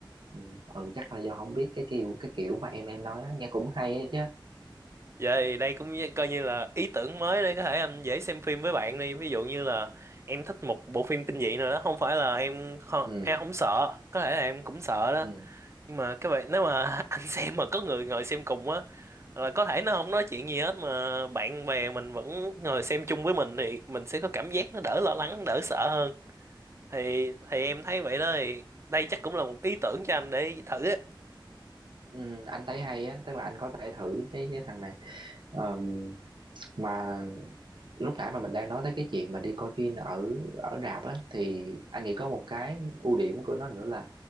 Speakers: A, on the right; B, on the right.
A: ừ, ừ chắc là do không biết cái kiểu cái kiểu mà em em nói đó nghe cũng hay ấy chứ
B: Vậy đây cũng như- coi như là ý tưởng mới để có thể anh dễ xem phim với bạn đi. Ví dụ như là em thích một bộ phim kinh dị nào đó, không phải là em không,
A: ừ,
B: em không sợ, có thể là em cũng sợ đó.
A: ừ,
B: Nhưng mà các bạn nếu mà <laughs> anh xem mà có người ngồi xem cùng á là có thể nó không nói chuyện gì hết mà bạn bè mình vẫn ngồi xem chung với mình thì mình sẽ có cảm giác nó đỡ lo lắng, đỡ sợ hơn. Thì thì em thấy vậy đó thì đây chắc cũng là một ý tưởng cho anh để thử á.
A: ừ anh thấy hay á tức là anh có thể thử cái cái thằng này Ờm, mà lúc nãy mà mình đang nói tới cái chuyện mà đi coi phim ở ở rạp á thì anh nghĩ có một cái ưu điểm của nó nữa là